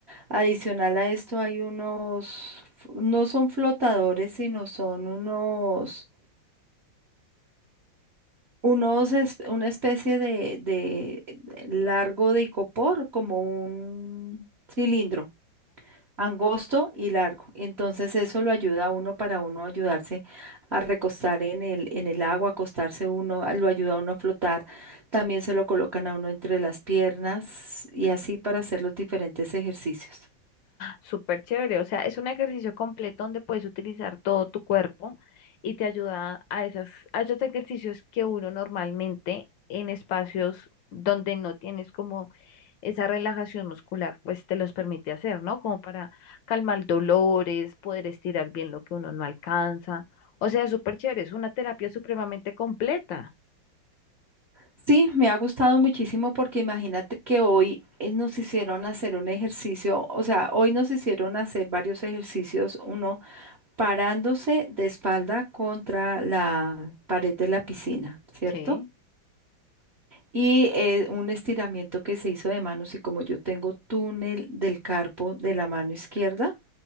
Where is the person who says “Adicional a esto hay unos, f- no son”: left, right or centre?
Right